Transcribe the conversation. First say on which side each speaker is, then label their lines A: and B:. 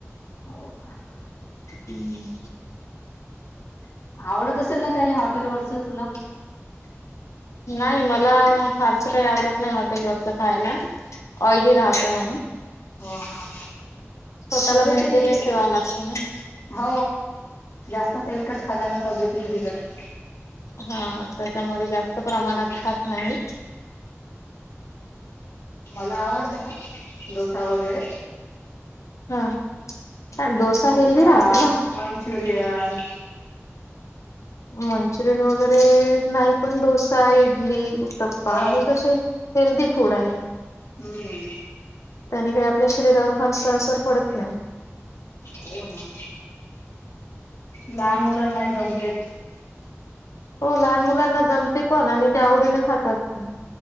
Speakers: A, on the left (about 65°); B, on the left (about 85°).
A: हो का?
B: हम्म.
A: आवडत असेल ना काही हॉटेलवरच तुला?
B: नाही मला, फारसं काही आवडत नाही हॉटेलवररच खायला ऑयली राहतं म्हणून
A: हो हा
B: स्वतःला
A: तब्येतही
B: मेंटेनहि ठेवा लागतं ना.
A: हो, जास्त तेलकट खाल्ल्यानं तब्येत ही बिघडते.
B: हा त्याच्यामुळे जास्त प्रमाणात
A: बिघडते
B: खात नाही.
A: मला आवडतं पण,, डोसा वगैरे
B: हा,, डोसा हेल्दी
A: डोसा,
B: राहते ना
A: मंचुरियन,
B: मंचुरियन वगैरे नाही पण, डोसा, इडली,, ऊ टप्पा,
A: हो.
B: हे कसे हेल्दी फूड आहे
A: हम्म.
B: त्याने काही आपल्या शरीरावर फारसा असर पडत नाही.
A: हो ना,, लहान मुलांना जमते
B: हो लहान मुलांना जमते पण, आणि ते आवडीनं खातात.